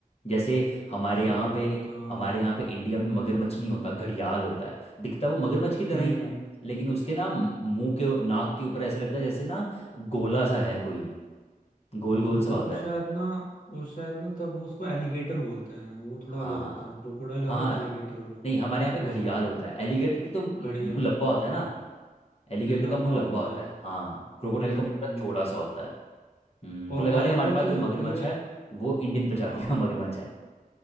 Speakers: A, on the left; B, on the left.
A: जैसे हमारे
B: शायद
A: यहाँ पे
B: हाँ
A: हमारे यहाँ पे इंडिया में मगरमच्छ नहीं होता घड़ियाल होता है दिखता वो मगरमच्छ की तरह
B: हम्म
A: ही है लेकिन उसके ना मुंह के नाक के ऊपर ऐसे लगता है जैसे ना गोला सा है कोई गोल गोल
B: वो
A: सा होता
B: शायद
A: है
B: ना वो शायद ना तब वो उसको एलिगेटर बोलते हैं वो थोड़ा
A: हाँ
B: अलग होता है क्रोकोडाइल
A: हाँ
B: अलग एलिगेटर अलग
A: नहीं हमारे यहाँ पे
B: हो
A: घड़ियाल
B: सकता
A: होता
B: है
A: है एलिगेटर की तो मुंह
B: घड़ियाल
A: लंबा होता है ना एलिगेटर
B: लंबा
A: का मुंह लंबा
B: होता
A: होता
B: है
A: है हाँ क्रोकोडाइल
B: हम्म
A: का
B: हम्म
A: मुंह थोड़ा
B: हम्म
A: चौड़ा सा होता है हम्म
B: और
A: तो लगा
B: और
A: ले
B: एक
A: हमारे
B: और
A: पास
B: चीज
A: जो मगरमच्छ
B: होती है
A: है वो इंडियन प्रजाति
B: हाँ
A: का <laughs> मगरमच्छ है